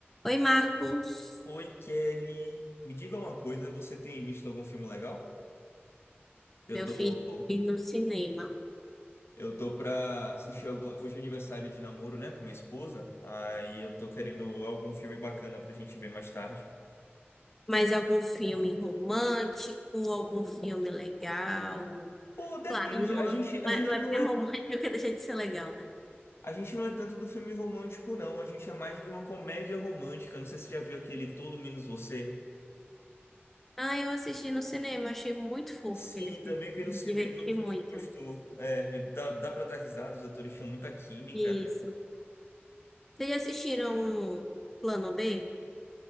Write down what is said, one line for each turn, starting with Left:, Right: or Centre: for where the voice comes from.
Centre: Oi, Marcos.
Left: Oi, Kelly. Me diga uma coisa, você tem visto algum filme legal? Eu
Centre: Meu
Left: tô,
Centre: filho ir no cinema.
Left: eu tô pra assistir algum, hoje é aniversário de namoro, né, com minha esposa. Aí eu tô querendo algum filme bacana pra gente ver mais tarde.
Centre: Mais algum filme romântico, algum filme legal?
Left: Pô, depende.
Centre: Claro, não,
Left: A gente,
Centre: não
Left: a gente
Centre: é, não é
Left: não
Centre: porque
Left: é,
Centre: é romântico que deixa de ser legal, né?
Left: a gente não é tanto do filme romântico, não. A gente é mais de uma comédia romântica. Não sei se você já viu aquele Todo Menos Você.
Centre: Ah, eu assisti no cinema, achei muito fofo
Left: Sim,
Centre: aquele filme.
Left: também vi no cinema,
Centre: Diverti
Left: a gente
Centre: muito.
Left: gostou. É, dá, dá pra dar risada, os atores tinham muita química.
Centre: Isso. Vocês já assistiram Plano B?